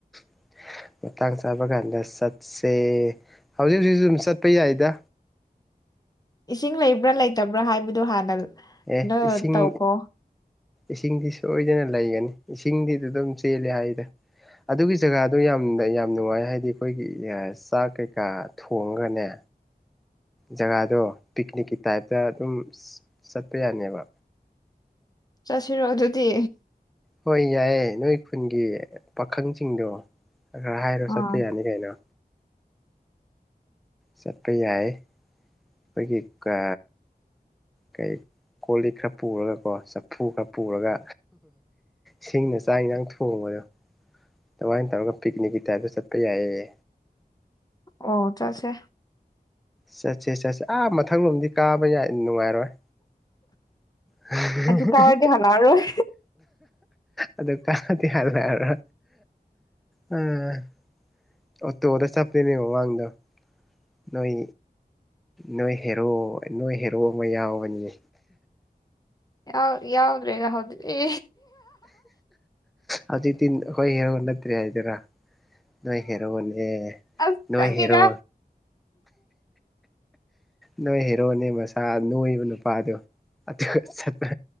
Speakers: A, in the centre; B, on the left (about 25°).
A: <inaudible> ꯃꯇꯥꯡ ꯆꯥꯕ ꯀꯥꯟꯗ ꯆꯠꯁꯦ ꯍꯧꯖꯤꯛ ꯍꯧꯖꯤꯛꯁꯨ ꯑꯗꯨꯝ ꯆꯠꯄ ꯌꯥꯏꯗ
B: ꯏꯁꯤꯡ ꯂꯩꯕ꯭ꯔꯥ ꯂꯩꯇꯕ꯭ꯔꯥ ꯍꯥꯏꯕꯗꯨꯣ ꯍꯥꯟꯅ
A: ꯑꯦ
B: ꯀꯩꯅꯣ
A: ꯏꯁꯤꯡ
B: ꯇꯧꯈꯣ
A: ꯏꯁꯤꯡꯗꯤ ꯁꯣꯏꯗꯅ ꯂꯩꯒꯅꯤ ꯏꯁꯤꯡꯗꯤ ꯑꯗꯨꯗ ꯑꯗꯨꯝ ꯆꯦꯜꯂꯦ ꯍꯥꯏꯗ ꯑꯗꯨꯒꯤ ꯖꯒꯥꯗꯣ ꯌꯥꯝꯅ ꯌꯥꯝ ꯅꯨꯡꯉꯥꯏ ꯍꯥꯏꯗꯤ ꯑꯩꯈꯣꯏꯒꯤ ꯆꯥꯛ ꯀꯩꯀꯥ ꯊꯣꯡꯉꯒꯅꯦ ꯖꯒꯥꯗꯣ ꯄꯤꯛꯅꯤꯛꯀꯤ ꯇꯥꯏꯞꯇ ꯑꯗꯨꯝ ꯆꯠꯄ ꯌꯥꯅꯦꯕ
B: ꯆꯠꯁꯤꯔꯣ ꯑꯗꯨꯗꯤ
A: ꯍꯣꯏ ꯌꯥꯏꯌꯦ ꯅꯣꯏ ꯈꯨꯟꯒꯤ ꯄꯥꯈꯪꯁꯤꯡꯗꯣ ꯈꯔ ꯈꯔ ꯍꯥꯏꯔꯣ
B: ꯑꯥ
A: ꯆꯠꯄ ꯌꯥꯅꯤ ꯀꯩꯅꯣ ꯆꯠꯄ ꯌꯥꯏ ꯑꯩꯈꯣꯏꯒꯤ ꯀꯥ ꯀꯩ ꯀꯣꯜꯂꯤꯛ ꯈꯔ ꯄꯨꯔꯒꯀꯣ ꯆꯐꯨ ꯈꯔ ꯄꯨꯔꯒ ꯁꯤꯡꯅ ꯆꯥꯛ ꯌꯦꯟꯖꯥꯡ ꯊꯣꯡꯕꯗꯣ ꯑꯗꯨꯃꯥꯏꯅ ꯇꯧꯔꯒ ꯄꯤꯛꯅꯤꯛꯀꯤ ꯇꯥꯏꯞꯇ ꯆꯠꯄ ꯌꯥꯏꯌꯦ
B: ꯑꯣ ꯆꯠꯁꯦ
A: ꯆꯠꯁꯦ ꯆꯠꯁꯤ ꯑꯥ ꯃꯊꯪ ꯂꯣꯝꯗꯤ ꯀꯥꯕ ꯌꯥ ꯅꯨꯡꯉꯥꯏꯔꯣꯏ <unintelligible>
B: ꯑꯗꯨ ꯀꯥꯎꯔꯗꯤ ꯍꯜꯂꯛꯑꯔꯣꯏ
A: ꯑꯗꯨ ꯀꯥꯕꯗꯤ ꯌꯥꯔꯣꯏ ꯍꯥꯏꯔ ꯑꯝ ꯑꯣ ꯇꯣꯗ ꯆꯞꯄꯦꯅꯦ ꯃꯃꯥꯡꯗꯣ ꯅꯣꯏ ꯅꯣꯏ ꯍꯦꯔꯣ ꯅꯣꯏ ꯍꯦꯔꯣ ꯑꯃ ꯌꯥꯎꯕꯅꯤꯍꯦ
B: ꯌꯥꯎ ꯌꯥꯎꯗ꯭ꯔꯦꯅ ꯍꯧꯖꯤꯗꯤ
A: ꯍꯧꯖꯤꯛꯇꯤ ꯑꯈꯣꯏ ꯍꯦꯔꯣ ꯅꯠꯇ꯭ꯔꯦ ꯍꯥꯏꯗꯣꯏꯔꯥ ꯅꯣꯏ ꯍꯦꯔꯣꯅꯦ
B: ꯑꯁ
A: ꯅꯣꯏ
B: ꯈꯪꯗꯦꯗ
A: ꯍꯦꯔꯣ ꯅꯣꯏ ꯍꯦꯔꯣꯅꯦ ꯃꯁꯥ ꯅꯣꯏꯕ ꯅꯨꯄꯥꯗꯣ ꯆꯄ